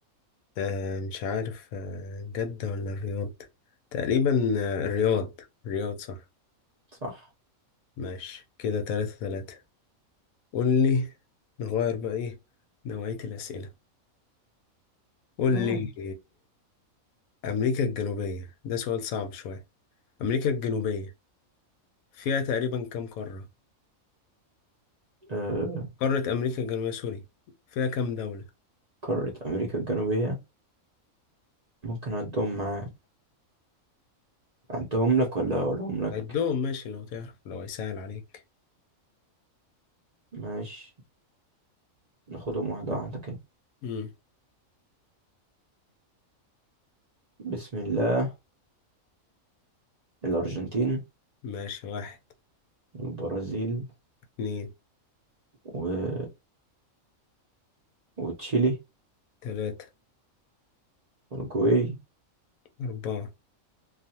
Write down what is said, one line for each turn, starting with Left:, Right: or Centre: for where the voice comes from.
Left: آه مش عارف آه جدة ولا الرياض تقريبا آه الرياض الرياض صح
Right: صح
Left: ماشي كده تلاتة تلاتة قول لي نغير بقى ايه نوعية الأسئلة قول
Right: نايل
Left: لي آه أمريكا الجنوبية ده سؤال صعب شوية أمريكا الجنوبية فيها تقريبا كام قارة
Right: آه
Left: قارة أمريكا الجنوبية سوري فيها كام دولة
Right: قارة أمريكا الجنوبية ممكن أعدهم معاك أعدهم لك ولا أقولهم لك
Left: عدهم ماشي لو تعرف لو هيسهل عليك
Right: ماشي ناخدهم واحدة واحدة كده
Left: مم.
Right: بسم الله الأرجنتين
Left: ماشي واحد
Right: والبرازيل
Left: اتنين
Right: و... وتشيلي
Left: تلاتة
Right: والجوي
Left: أربعة